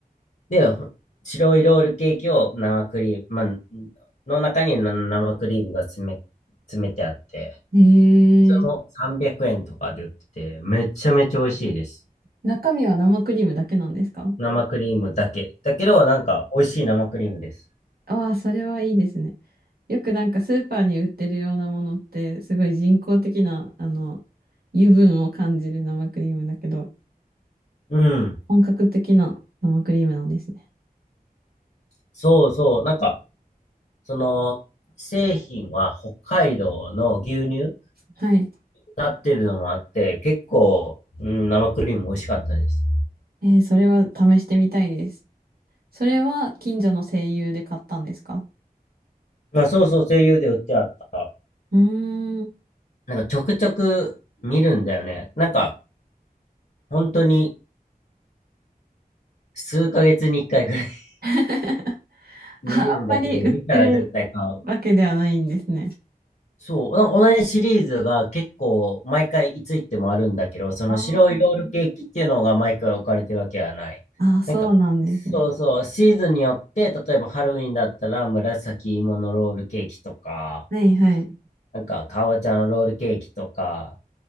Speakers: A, on the left; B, on the right.
A: で、ほ白いロールケーキを生クリーム、まあ、の中にな生クリームが詰め、詰めてあって、
B: え
A: それも300円とかで売ってて、
B: ー、
A: めちゃめちゃ美味しいです。
B: 中身は生クリームだけなんですか
A: 生クリームだけ。だけど、なんか、美味しい生クリームです。
B: ああー、それはいいですね。よくなんかスーパーに売ってるようなものって、すごい人工的な、あの、油分を感じる生クリームだけど、
A: うん。
B: 本格的な生クリームなんですね。
A: そうそう。なんか、その、製品は北海道の牛乳
B: はい。
A: なってるのもあって、結構、うん、生クリーム美味しかったです。
B: えー、それは試してみたいです。それは近所の声優で買ったんですか
A: まあそうそう、声優で売ってあった。
B: うーん。
A: なんかちょくちょく見るんだよね。なんか、本当に数ヶ月に一回ぐらい <laughs>
B: <laughs> あ、
A: 見るんだけど、
B: あんまり売ってるわけではないんですね。
A: 見たら絶対買う。そう、なんか同じシリーズが結構毎回いつ行ってもあるんだけど、その白いロールケーキっていうのが毎回置かれてるわけはない。
B: ああ、あ、そうなんですね。
A: なんか、そうそう、シーズンによって、例えばハロウィンだったら紫芋のロールケーキとか、
B: はいはい。
A: なんか、かぼちゃのロールケーキとか